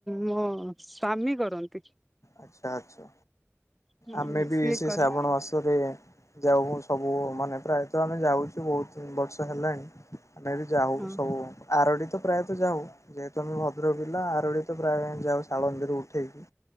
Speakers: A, in the centre; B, on the left.
A: ମୋ ସ୍ଵାମୀ କରନ୍ତି।
B: ଆଚ୍ଛା ଆଚ୍ଛା
A: ହୁଁ
B: ଆମେ ବି
A: ସିଏ
B: ସେ
A: କରେ
B: ଶ୍ରାବଣ ମାସରେ ଯାଉ ସବୁ ମାନେ ପ୍ରାୟତଃ ଆମେ ଯାଉଚୁ। ବହୁତ ବର୍ଷ ହେଲାଣି ଆମେ ବି ଯାଉ
A: ହଁ
B: ସବୁ। ଆରଡ଼ି ତ ପ୍ରାୟତଃ ଯାଉ ଯେହେତୁ ଆମେ ଭଦ୍ରକ ପିଲା ଆରଡ଼ି ତ ପ୍ରାୟ ଯାଉ ଶାଳନ୍ଦିରୁ ଉଠେଇକି